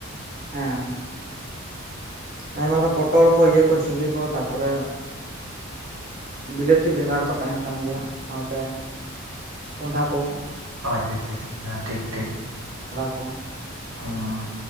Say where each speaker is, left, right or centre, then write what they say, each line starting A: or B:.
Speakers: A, on the right; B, on the right.
A: ᱦᱮᱸ ᱟᱭᱢᱟ ᱞᱮᱠᱟ ᱯᱚᱴᱚᱞ ᱠᱚ ᱤᱭᱟᱹ ᱠᱚ ᱡᱷᱤᱸᱜᱟᱹ ᱠᱚ ᱛᱟᱨᱯᱚᱨᱮ ᱵᱤᱞᱟᱹᱛᱤ ᱵᱮᱸᱜᱟᱲ ᱠᱚ ᱛᱟᱦᱮᱱ ᱠᱟᱱ ᱜᱮᱭᱟ ᱥᱟᱶᱛᱮ ᱠᱚᱸᱰᱷᱟ ᱠᱚ᱾
B: ᱟᱪᱪᱷᱟ ᱟᱪᱪᱷᱟ ᱟᱪᱷᱟ ᱦᱮᱸ ᱴᱷᱤᱠ ᱴᱷᱤᱠ
A: ᱠᱚᱸᱠᱷ <unintelligible>
B: ᱦᱸ